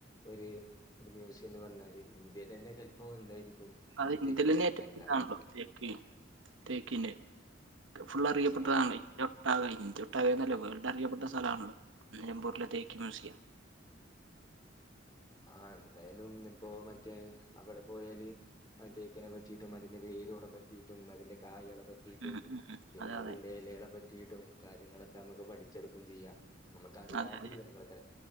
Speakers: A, on the left; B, on the right.
A: ഒരു മ്യസ ന്ന് പറഞ്ഞാല് ഇന്ത്യയിലന്നെ ചെൽപ്പോ എന്തായിരിക്കും
B: അത്
A: ഈ
B: ഇന്ത്യലന്നെ
A: തേക്ക് മ്യൂസിയം
B: ഏറ്റവും
A: കാരണം
B: വലുതാണല്ലോ
A: കാരണം
B: തേക്ക തേക്കിന്റെ ക്കെ ഫുൾ അറിയപ്പെട്ടതാണ്
A: ആ
B: ആകെ ഇന്ത്യ ഒട്ടാകന്നല്ല വേൾഡ് അറിയപ്പെട്ട സ്ഥലണല്ലോ നിലമ്പൂരിലെ തേക്ക് മ്യൂസിയം
A: ആ എന്തായാലും ഇപ്പോ മറ്റേ അവിടെ പോയാല് ആ തേക്കനെ പറ്റിയിട്ടും അതിന്റെ വേരുകളെ പറ്റിയിട്ടും അതിന്റെ കായകളെ പറ്റിയിട്ടും
B: ഉം ഉം ഉം
A: പിന്നെ
B: അതെ
A: അതിന്റെ
B: അതെ
A: ഇലകളെ പറ്റിട്ടും കാര്യങ്ങളൊക്കെ നമുക്ക് പഠിച്ചെടുക്കും ചെയ്യാ നമുക്ക അറിയാത്ത
B: അതെ അതെ
A: വിവരങ്ങളെക്കരം